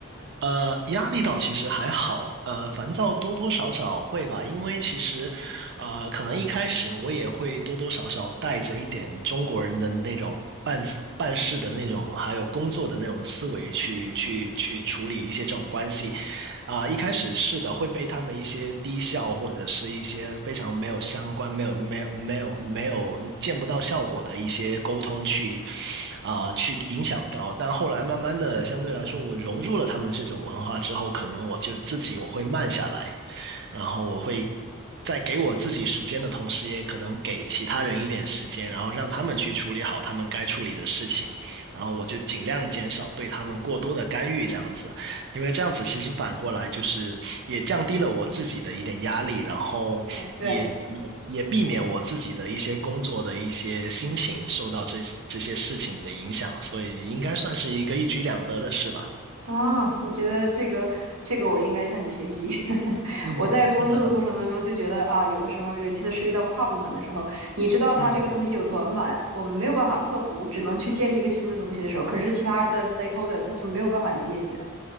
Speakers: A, on the right (about 55°); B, on the right (about 70°).
A: 呃，压力倒其实还好，呃，烦躁多多少少会吧，因为其实，呃，可能一开始我也会多多少少带着一点中国人的那种办事办事的那种，还有工作的那种思维去去去处理一些这种关系，啊、一开始是的，会被他们一些低效或者是一些非常没有相关、没有、没有、没有、没有见不到效果的一些沟通去啊、去影响到。但后来慢慢的，相对来说，我融入了他们这种文化之后，可能我就自己我会慢下来，然后我会在给我自己时间的同时，也可能给其他人一点时间，然后让他们去处理好他们该处理的事情，然后我就尽量减少对他们过多的干预，这样子。因为这样子其实反过来就是也降低了我自己的一点压力，然后也也也避免我自己的一些工作的一些心情受到这这些事情的影响，
B: 对对，
A: 所以应该算是一个一举两得的事吧。
B: 啊，我觉得这个这个我应该向你学习。<laughs>
A: 嗯，
B: 我在工作的过程当中就觉得啊，
A: 是的，
B: 有的时候尤其是涉及到跨部门的时候，你知道它这个东西有短板，
A: 嗯，
B: 我们没有办法克服，只能去建立一个新的东西的时候，可是其他的 stakeholder 他是没有办法理解你的。